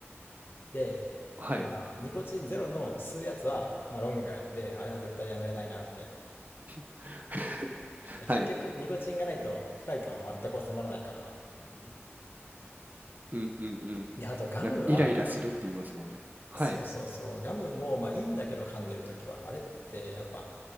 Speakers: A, on the left; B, on the right.
A: で、
B: はい。
A: まあ、ニコチンゼロの吸うやつは、まあ、論外で、あれは絶対やめれないなって。
B: <laughs>
A: いや結局、
B: はい。
A: ニコチンがないと不快感は全く収まらないから。うん、
B: うんうんうん。
A: で、あとガムは、
B: なんかイライラするって言いますもんね。はい。
A: そうそうそう。ガムもまあいいんだけど噛んでるときは、あれってやっぱ